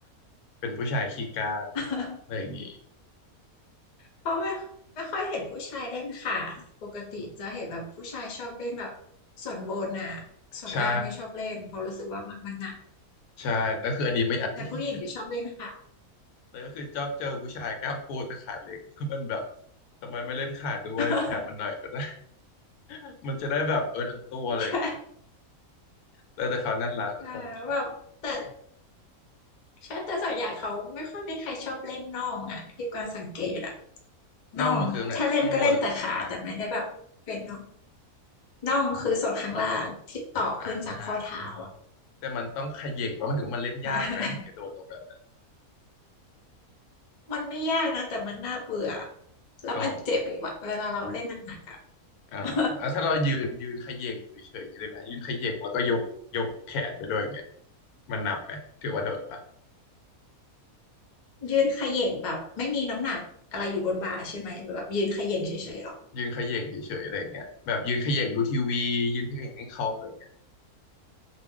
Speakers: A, on the left; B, on the left.
A: เป็นผู้ชายขี้กล้าม
B: <laughs>
A: อะไรอย่างงี้
B: เพราะไม่ไม่ค่อยเห็นผู้ชายเล่นขาปกติจะเห็นแบบผู้ชายชอบเล่นแบบส่วนบนอ่ะส่วนล่างไม่ชอบเล่นเพราะรู้สึกว่ามันมันหนัก
A: ใช่ใช่แต่วคืออันนี้ไม่อยากบูลลี่
B: แต่ผู้หญิงจะชอบเล่นขา
A: <laughs> แต่ก็คือชอบเจอผู้ชายกล้ามปูแต่ขาเล็ก <laughs> แล้วมันแบบทำไมไม่เล่นขาด้วยแถมมันหน่อยก็ได้
B: <laughs>
A: <laughs> มันจะได้แบบเออทั้งตัวอะไรอย่างเงี้ย
B: ใช่
A: แล้วแต่เขานั่นละแต่เขานั่นละ
B: เออแล้วแบบแต่ใช่แต่ส่วนใหญ่เขาไม่ค่อยมีใครชอบเล่นน่องอ่ะที่กวางสังเกตอ่ะน่องถ้าเล่นก็เล่นแต่ขาแต่ไม่ได้แบบเป็นน่อง
A: น่องมันคือตรงไหนนะข้างบนหรือข้างล่างนะ
B: น่องคือส่วนข้างล่างที่ต่อขึ้นจากข้อเท้าอ่ะ
A: อ่าอ่าแต่มันต้องเขย่งว่ามันถึงว่ามันเล่นยากไหมถึงจะโดนตรงนั้นนะ
B: <laughs> มันไม่ยากนะแต่มันน่าเบื่อแล้วมันเจ็บอะเวลาเราเล่นหนักๆอ่ะ
A: อ๋อ อ่าแล้วถ้าเรายืนยืนเขย่งอยู่เฉยๆอย่างนี้ได้ไหมยืนเขย่งแล้วก็ยกยกแขนไปด้วยอย่างเงี้ย
B: <laughs>
A: มันนับไหมถือว่าโดดปะ
B: ยืนเขย่งแบบไม่มีน้ำหนักอะไรอยู่บนบ่าใช่ไหมหรือแบบยืนเขย่งเฉยๆหรอ
A: ยืนเขย่งเฉยๆอะไรอย่างเงี้ยแบบยืนเขย่งดูทีวียืนเขย่งเล่นคอมอะไรอย่างเงี้ย